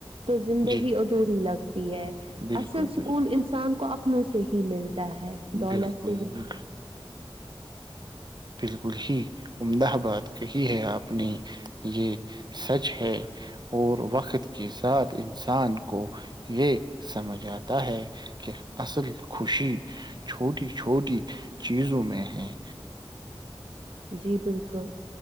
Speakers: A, on the right (about 70°); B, on the right (about 50°).
A: تو زندگی
B: جی
A: ادھوری لگتی ہے
B: بالکل
A: اصل سکون
B: بالکل
A: انسان کو اپ سے ہی ملتا <unintelligible> ہے دولت
B: بالکل
A: سے
B: بالکل
A: نہیں
B: بالکل ہی عمدہ بات کہی ہے آپ نے یہ سچ ہے اور وقت کے ساتھ انسان کو یہ سمجھ آتا ہے کہ اصل خوشی چھوٹی چھوٹی چیزوں میں ہے
A: جی بالکل